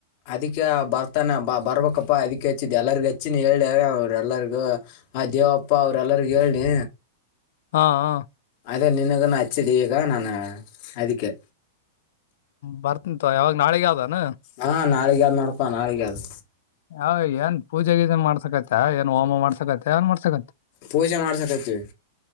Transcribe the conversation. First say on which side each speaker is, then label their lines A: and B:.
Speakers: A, on the left; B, on the left.
A: ಅದಕ್ಕೆ ಬರ್ತಾನ ಬ ಬರ್ಬೇಕಪ್ಪಾ ಅದಿ ಹೆಚ್ಚಿದ್ ಎಲ್ಲರಿಗ ಹಚ್ಚಿನ ಹೇಳ ಅವರು ಎಲ್ಲರಿಗೂ ಆ ದೇವಪ್ಪಾ ಅವ್ರಲ್ಲರಿಗೂ ಹೇಳನಿ
B: ಹಾ ಹ
A: ಅದೇ ನಿಿನಗ ಹಚ್ಚಡಿ ಈಗ ನಾನ ಅದಕ್ಕೆ
B: ಬರ್ತಂತ ಯಾವಾಗ ನಾಳಗಾವ್ದಾನ
A: ಹಾ ನಾಳಗದ ನೋಡಪ ನಾಳಗ ಆದಾ
B: ಹ ಏನ್ ಪೂಜೆ ಗೀಜ ಮಾಡ್ಸಕತ ಏನ್ ಹೋಮ ಮಾಡ್ಸಕೈತ ಏನ್ ಮಾಡಸಕತ
A: ಪೂಜೆ ಮಾಡ್ಸಕತ್ತೀವಿ